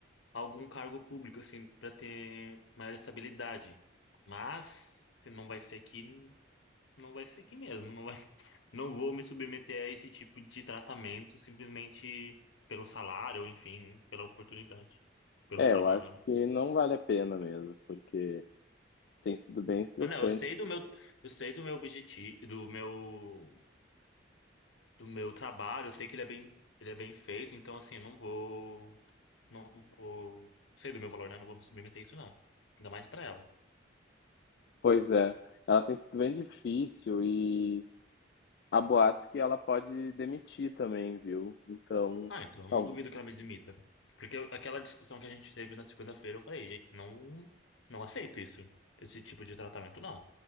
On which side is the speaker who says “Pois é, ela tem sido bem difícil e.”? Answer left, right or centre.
Left